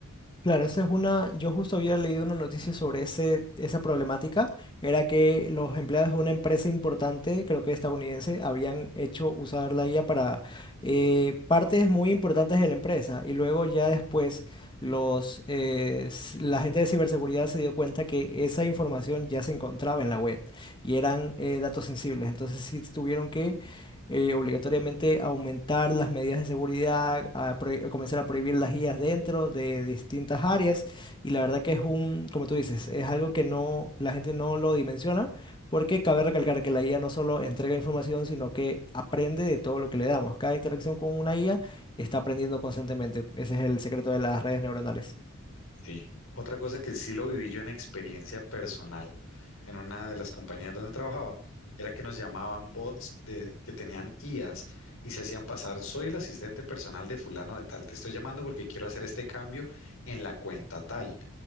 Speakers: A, on the left; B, on the left.
A: Claro, esa es una, yo justo había leído una noticia sobre ese, esa problemática, era que los empleados de una empresa importante, creo que estadounidense, habían hecho usar la IA para eh, partes muy importantes de la empresa y luego ya después los, eh, s- la gente de ciberseguridad se dio cuenta que esa información ya se encontraba en la web y eran eh, datos sensibles, entonces sí tuvieron que eh, obligatoriamente aumentar las medidas de seguridad, a prohi- a comenzar a prohibir las IAs dentro de distintas áreas. Y la verdad que es un, como tú dices, es algo que no, la gente no lo dimensiona, porque cabe recalcar que la IA no solo entrega información, sino que aprende de todo lo que le damos. Cada interacción con una IA está aprendiendo constantemente. Ese es el secreto de las redes neuronales.
B: Sí. Otra cosa que sí lo viví yo en experiencia personal en una de las compañías donde trabajaba era que nos llamaban bots de, que tenían IAs y se hacían pasar, soy el asistente personal de fulano de tal, te estoy llamando porque quiero hacer este cambio en la cuenta tal.